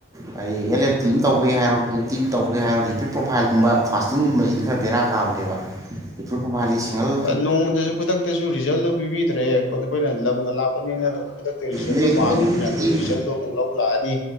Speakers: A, on the right; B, on the left.
A: ꯍꯥꯏꯗꯤ ꯑꯦꯜ ꯑꯦꯐ ꯇꯤ ꯑꯃ ꯇꯧꯕꯩ ꯍꯥꯏꯔꯣ ꯇꯤ ꯇꯧꯕꯩ ꯍꯥꯏꯔꯣ ꯂꯤꯄꯤꯠ ꯄ꯭ꯔꯣꯐꯥꯏꯜꯒꯨꯝꯕ ꯐꯥꯁꯇꯤꯡꯒꯨꯝꯕꯁꯤꯗꯤ ꯈꯔ ꯕꯦꯔꯥ ꯀꯥꯕꯅꯦꯕ ꯏꯄ꯭ꯔꯨꯞꯄ꯭ꯔꯣꯐꯥꯂꯤ ꯁꯤꯡꯉꯜ
B: ꯅꯣꯡꯃꯗꯁꯨ ꯈꯨꯗꯛꯇꯁꯨ ꯔꯤꯖꯜꯗꯣ ꯄꯤꯕꯤꯗ꯭ꯔꯦ ꯑꯩꯈꯣꯏꯅ ꯂꯝꯒ ꯂꯥꯞ ꯄꯅꯤꯅ ꯑꯗꯨꯝ ꯈꯨꯗꯛꯇ ꯔꯤꯖꯜꯗꯣ
A: ꯅꯣꯏ ꯑꯗꯨꯝ
B: ꯄꯥꯝꯃꯤꯗꯅ ꯑꯗꯨ ꯔꯤꯖꯜꯗꯣ ꯃꯨꯛ ꯂꯧ ꯂꯥꯛꯑꯅꯤ